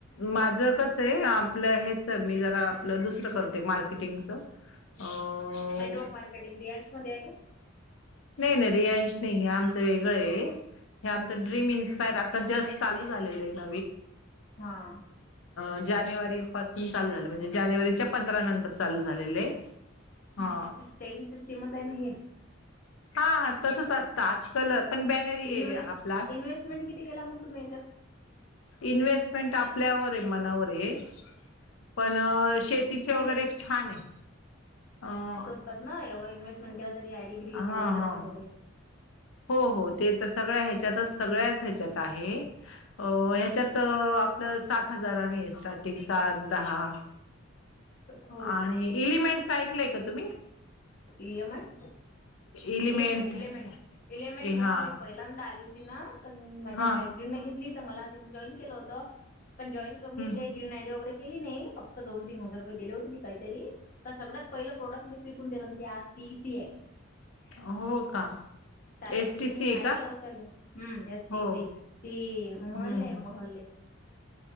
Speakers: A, on the left; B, on the left.
A: माझं कस आहे. आपलं हेच मी जरा आपलं दुसरं करते मार्केटिंगच. ह
B: नेटवर्क मार्केटिंग रियाल्स मध्ये आहे का
A: नाही नाही रियांश नाही. हे आमचं वेगळं आहे. हे आमचं ड्रीम इन्स्पायर आता जस्ट चालूच न जानेवरी मध्ये झाले आहे
B: हा
A: नवीन जानेवारी पासून चालू झालं. म्हणजे जानेवारीच्या पंधरा नंतर चालू झालेले हा.
B: चेन सिस्टीमच आहे ना हे.
A: हा हा तसच असतं आजकाल. पण बॅनर ये
B: इन्व्
A: आपला
B: इन्व्हेस्टमेंट किती केला मग तुम्ही याच्यात?
A: हम् <inaudible> इन्व्हेस्टमेंट आपल्यावर आहे मनावर आहे. पण शेतीचे
B: नाही
A: वगैरे
B: नाही
A: एक छान आहे अं.
B: त्यात ना एवढ इन्व्हेस्टमेंट केला तरी आयडी ग्रीन
A: हा
B: होईल असं
A: हा
B: वगैरे.
A: हो हो ते तर सगळ्या ह्याच्यातच सगळ्याच ह्याच्यात आहे. अ ह्याच्यात आपलं सात हजाराणी आहे स्टार्टिंग सात दहा.
B: हो
A: आणि
B: का
A: एलिमेंटच ऐकलंय का तुम्ही?
B: E M I
A: element
B: element element element
A: a
B: जेव्हा
A: हा
B: आहे. पहिल्यांदा आली होती ना. तर माझ्या
A: हा
B: मैत्रीणी घेत तर मला तिन जॉईन केलं होत. पण जॉईन कमी
A: हम्म
B: का ग्रीन आयडी वगैरे केली नाही. फक्त दोन तीन हजार रुपये दिले होते. काहीतरी तर सगळ्यात पहिले प्रोडक्ट मिच विकून दिले होते. त्यात तीती है.
A: हो का,
B: कारण
A: एस
B: की
A: टी
B: तुम्ही
A: सी आहे
B: ऐकल
A: का
B: असेल एस
A: हो
B: टी सी ते महलले
A: हम्म
B: महले.